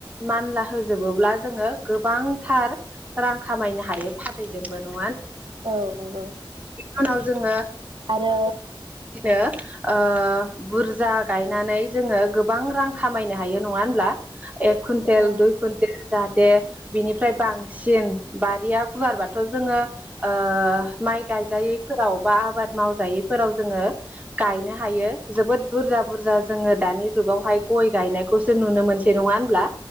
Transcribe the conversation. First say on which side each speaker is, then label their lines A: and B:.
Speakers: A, on the right; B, on the right.
A: मानला होजोबोब्ला जोङो गोबांथार रां खामायनो हायो फाथैजोंबो नङ
B: औ नंगौ
A: फानाव जोङो
B: आरो
A: नो ओ बुरजा गायनानै जोङो गोबां रां खामायनो हायो नङा होनब्ला एक कुन्टेल
B: औ
A: दुइ कुन्टेल जाहाथे बिनिफ्राय बां सिन बारिया गुवारबाथ जोङो ओ माइ गायजायैफोराव बा आबाद मावजायैफोराव जोङो गायनो हायो जोबोद बुरजा बुरजा जोङो दानि जुगावहाय ख गय गायनायखौसो नुनो मोनसै नङा होनब्ला